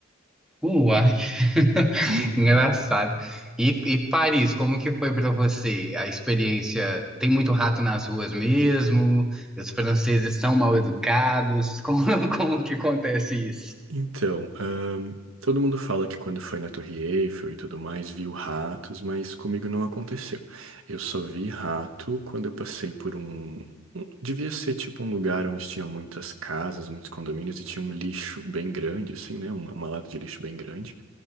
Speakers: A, in the centre; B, on the right (about 70°).
A: Uai, <laughs>
B: Uhum.
A: engraçado. E, e Paris, como que foi para você a experiência? Tem muito rato nas ruas mesmo? Os franceses são mal educados? Como, <laughs> como que acontece isso?
B: Então, ahn, todo mundo fala que quando foi na Torre Eiffel e tudo mais, viu ratos, mas comigo não aconteceu. Eu só vi rato quando eu passei por um. um- Devia ser tipo um lugar onde tinha muitas casas, muitos condomínios e tinha um lixo bem grande, assim, né? Uma, uma lata de lixo bem grande.